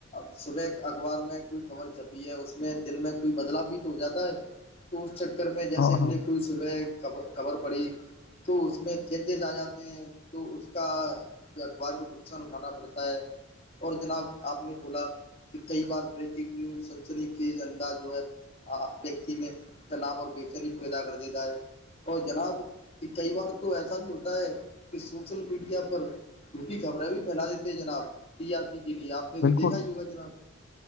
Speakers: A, on the left; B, on the left.
A: صبح اخبار میں کوئی خبر چھپی ہے اس میں دن میں کوئی بدلاؤ بھی تو ہو جاتا ہے تو اس چکر میں جیسے
B: ہاں
A: ہم
B: ہاں
A: نے کوئی صبح خبر پڑی تو اس میں چینجز آ جاتے ہیں تو اس کا اخبار کو نقصان اٹھانا پڑتا ہے اور جناب آپ نے بولا کہ کئی بار بریکنگ نیوز سنسنی کے انداز ویکتی میں تناؤ اور بےچین پیدا کر دیتا ہے اور جناب کہ کئی بار تو ایسا بھی ہوتا ہے کہ سوشل میڈیا پر جھوٹی خبریں بھی پھیلا دیتے ہیں جناب ٹی آر پی کے لیے آپ نے تو
B: بالکل
A: دیکھا ہی ہوگا جناب